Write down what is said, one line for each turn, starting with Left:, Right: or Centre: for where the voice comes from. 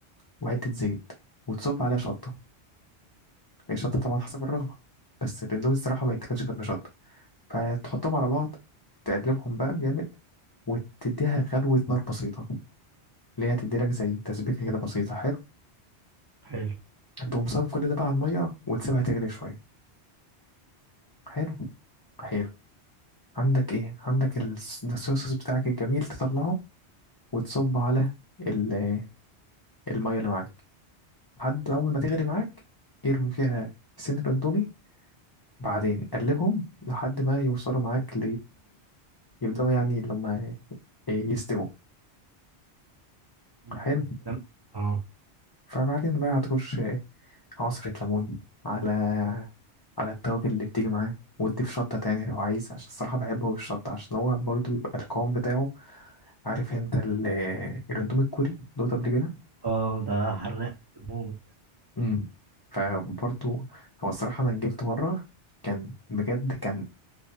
Left: وحتة زيت وتصب عليها شطة هي شطة طبعا حسب الرغبة بس الاندومي الصراحة ما يتاكلش غير بشطة فتحطهم على بعض تقلبهم بقى جامد وتديها غلوة نار بسيطة اللي هي هتديلك زي تسبيكة كده بسيطة حلو
Right: حلو
Left: تقوم صافي كل ده بقى على المية وتسيبها تغلي شوية حلو حلو عندك ايه عندك الس- ده الصويا صوص بتاعك الجميل تطلعه وتصب على ال- المية اللي معاك لحد أول ما تغلي معاك ارمي فيها سن الاندومي بعدين قلبهم لحد ما يوصلوا معاك يبدأوا يعني اللي هما يستووا
Right: امم
Left: حلو
Right: ده اه
Left: فبعدين بقى هترش عصرة ليمون على على التوابل اللي بتيجي معاه وتضيف شطة تاني لو عايز عشان الصراحة بحبه بالشطة عشان هو برضو بيبقى القوام بتاعه عارف انت ال- الاندومي الكوري دوت قبل كده
Right: اه ده حراق موت
Left: امم فبرضو هو الصراحة أنا جبت مرة كان بجد كان